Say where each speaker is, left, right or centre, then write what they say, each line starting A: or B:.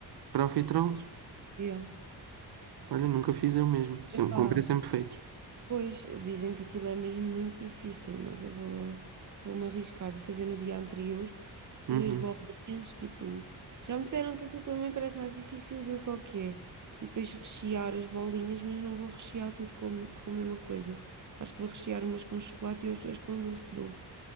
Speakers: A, on the right; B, on the right.
A: Profiteroles?
B: Yeah.
A: Olha, nunca fiz eu mesmo. Sempre,
B: Epá,
A: comprei sempre feitos.
B: pois, dizem que aquilo é mesmo muito difícil, mas eu vou, vou-me arriscar. Vou fazer no dia anterior,
A: Uhum.
B: fazer as bolinhas, tipo... Já me disseram que aquilo também parece mais difícil do que o que é. E depois rechear as bolinhas, mas não vou rechear tudo com, com a mesma coisa. Acho que vou rechear umas com chocolate e outras com doce de ovo.